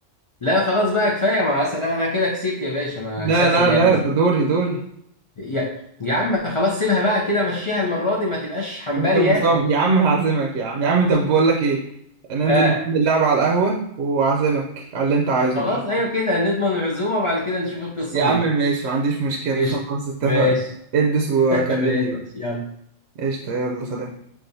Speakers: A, on the left (about 55°); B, on the right (about 65°).
A: لا خلاص بقى كفايه ما أصل انا كده كسبت يا باشا ما
B: لا
A: اكسبش
B: لا
A: تاني
B: لا
A: أصل.
B: ده دوري دوري
A: يا يا عم خلاص سيبها بقى كده مشيها المره دي ما تبقاش حنبالي
B: انت مصاب
A: يا اخي
B: يا عم هعزمك يا عم يا عم طب بقول لك ايه ننزل
A: آه.
B: نكمل لعبة على القهوة وأعزمك على اللي انت عايزه
A: خلاص
B: مش
A: ايوه كده نضمن العزومه بعد كده نشوف القصه
B: يا عم
A: دي
B: ماشي ما عنديش مشكلة
A: قشطه
B: <laughs> خلاص اتفقنا
A: ماشي
B: البس وكلمني
A: <laughs> ماشي
B: بقى
A: يلا
B: قشطة يلا سلام